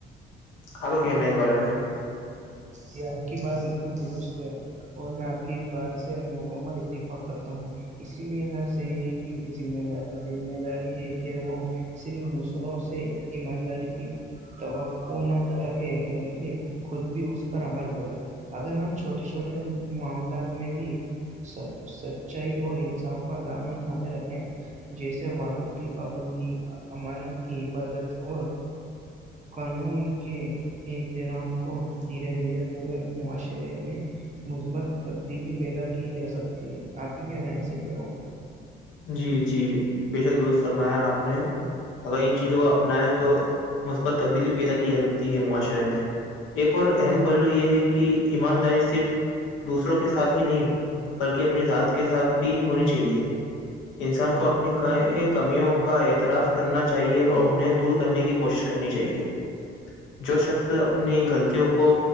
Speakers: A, on the left; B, on the right.
A: آپ کا کہنا ہے اس بارے میں
B: یہ آپ کی بات بالکل درست ہے اور میں آپ کی اس بات سے مکمل اتفاق کرتا ہوں اسی لیے ہر شہری کی ذمہ دار ذمہ داری ہے کہ وہ صرف دوسروں سے ایمانداری کی توقع نہ رکھے بلکہ خود بھی اس پر عمل کرے اگر ہم چھوٹے چھوٹے معاملات میں بھی سچائی اور انصاف کا دامن تھامے رکھیں جیسے وعادوں کی پابندی امانت کی حفاظت اور قانون کے رام کو دھیرے دھیرے پورے معاشرے میں مثبت تبدیلی پیدا کی جا سکتی ہے آپ کے کہ رہا ہیں ایسے ہی کہ رہا ہوں
A: جی جی بےشک دست فرمایا آپ نے اگر ان چیزوں کو اپنایا تو تو مثبت تبدیلی پیدا کی جاتی تی ہے معاشرے میں ایک اور اہم پہلو یہ ہے کہ ایمانداری صرف دوسروں کے ساتھ ہی نہیں بلکہ اپنی ذات کے ساتھ بھی ہونی چاہیے انسان کو اپنی کمیوں کا اعتراف کرنا چاہیے اور انہیں دور کرنے کی کوشش کرنی چاہیے جو شخص اپنی غلطیوں کو